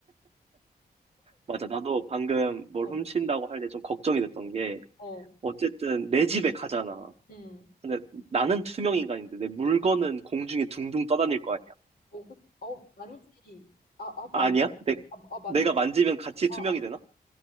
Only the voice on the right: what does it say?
맞아. 나도 방금 뭘
훔친다고 할 때 좀 걱정이 됐던 게,
어쨌든 내 집에 가잖아.
근데 나는 투명 인간인데 내 물건은 공중에 둥둥 떠다닐 거 아니야.
아니야? 내,
내가 만지면 같이
투명이 되나?